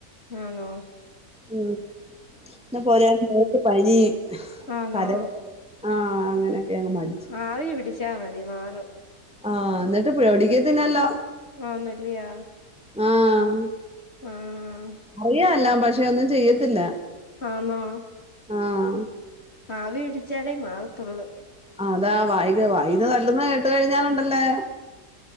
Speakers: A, on the left (about 45°); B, in the centre.
A: ആന്നോ
B: ഉം എന്ന പോരഞ്ഞു മോൾക് പനി
A: ആന്നോ
B: തല ആഹ് അങ്ങനൊക്കെ അങ് മടി
A: ആവി പിടിച്ചാൽ മതി മാറും
B: ആഹ എന്നിട്ട് പിടിക്കത്തിന്നല്ലോ
A: ആന്നല്ലിയാ
B: ആഹ
A: ആഹ്
B: അറിയാം എല്ലാം പക്ഷെ ഒന്നും ചെയ്യത്തില്ല
A: ആന്നൊ
B: ആഹ്
A: ആവി പിടിച്ചാലേ മാറത്തുള്ളൂ
B: ആഹ് അതാ വൈക <unintelligible> വൈക തല്ലന്ന് കേട്ട് കഴിഞ്ഞാലുണ്ടല്ലേ